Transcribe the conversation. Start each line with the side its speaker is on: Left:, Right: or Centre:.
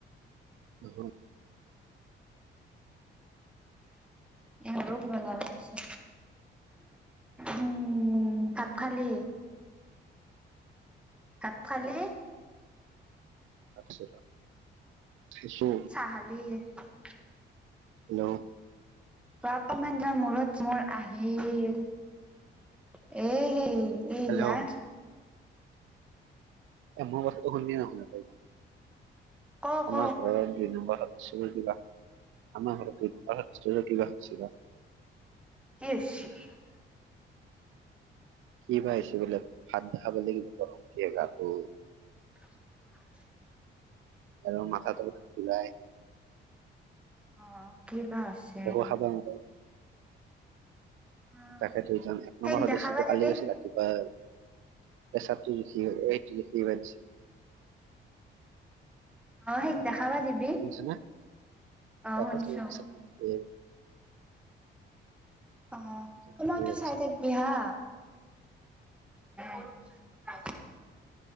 Right: হেলৌ'
Centre: এই হলো কিমান ভাল লাগিছে। উম' ভাত খালি? ভাত খালি?
Right: <unintelligible>
Centre: চাহ খালি? <inaudible>
Right: হেল্ল'! <unintelligible>
Centre: তৰা অকমান যে মূৰত মোৰ আহিল এ হেৰি <inaudible> এই
Right: হেল্ল'
Centre: গিলাছ <unintelligible>
Right: এবোৰ বস্তু ধুনীয়া হৈ থাকে <inaudible>
Centre: ক ক
Right: আমাৰ ঘৰত দুই নম্বৰ সদস্য বুলি কিবা, আমাৰ ঘৰত দুই নম্বৰ সদস্যৰ কিবা বা <inaudible>
Centre: কি হৈছিল <inaudible>
Right: কি বা হৈছে বোলে ভাত নখাব লাগিব গৰম উঠে গাটো <inaudible>
Centre: <inaudible>
Right: আৰু মাথাটো ঘূৰায়। <unintelligible>
Centre: অঁ! কিবা হৈছে <inaudible>
Right: একো খাব নকয় <unintelligible>
Centre: অ
Right: তাকেতো ইজন এক
Centre: সেইক
Right: নম্বৰ সদস্যটো
Centre: দেখাবা দিবি
Right: কালি গৈছিলে। <inaudible> কিবা পেচাৰটো <inaudible> এই দেখি <unintelligible>
Centre: অ হেৰিক দেখাব দি <unintelligible>
Right: অ শুনিছ না? তাতে
Centre: শুনছো
Right: পেচাবতো দেখোৱা <inaudible>
Centre: অ‍ঁ! সময়তো
Right: জুখি আহিছে
Centre: চাই থাকিবি হা <inaudible>